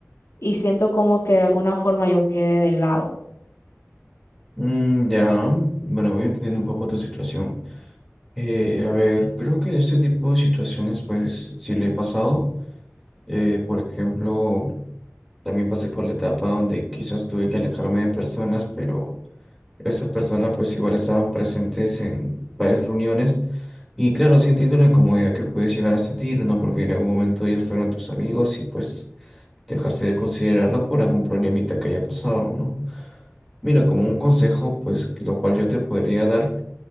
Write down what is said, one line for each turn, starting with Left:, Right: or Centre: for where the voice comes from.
Left: y siento como que de alguna forma yo quedé de lado.
Centre: Mm, ya, bueno, voy entendiendo un poco tu situación. Eh, a ver, creo que este tipo de situaciones, pues, sí le he pasado. Eh, por ejemplo, También pasé por la etapa donde quizás tuve que alejarme de personas, pero esas personas pues igual estaban presentes en varias reuniones. Y claro, sí entiendo la incomodidad que puedes llegar a sentir, ¿no? Porque en algún momento ellos fueron tus amigos y pues dejaste de considerarlos por algún problemita que haya pasado, ¿no? Mira, como un consejo, pues lo cual yo te podría dar